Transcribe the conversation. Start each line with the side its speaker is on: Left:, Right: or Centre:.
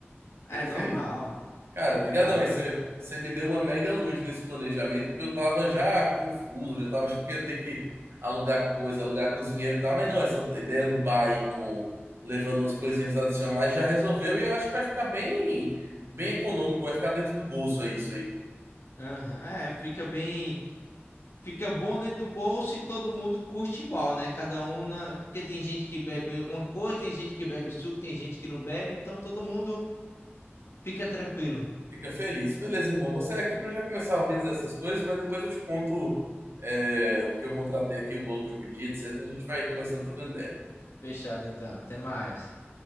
Right: Perfeito.
Left: é normal,
Right: Cara, brigadão
Left: sabe?
Right: aí. Você você me deu uma mega luz nesse planejamento, porque eu tava já confuso, já tava achando que ia ter que alugar coisa, alugar cozinheiro e tal, mas não, essa ideia do bar aí com levando umas coisinhas adicionais já resolveu e eu acho que vai ficar bem, bem econômico, vai ficar dentro do bolso aí isso aí.
Left: Aham, É, fica bem, fica bom dentro do bolso e todo mundo curte igual, né? Cada um na, porque tem gente que bebe uma coisa, tem gente que bebe suco, tem gente que não bebe, então todo mundo fica tranquilo.
Right: Fica feliz. Beleza, irmão. Você é aqui para já começar a organizar essas coisas, mas depois eu te conto é, o que eu contratei aqui, o bolo que eu pedi, etc. A gente vai conversando, trocando ideia.
Left: Fechado então, até mais.